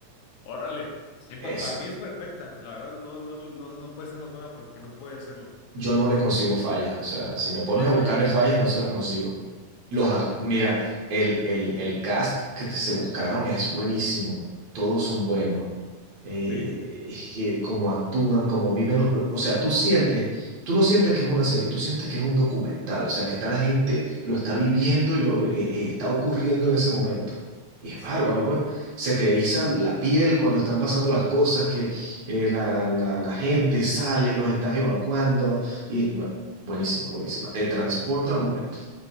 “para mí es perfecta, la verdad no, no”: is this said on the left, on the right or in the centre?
Left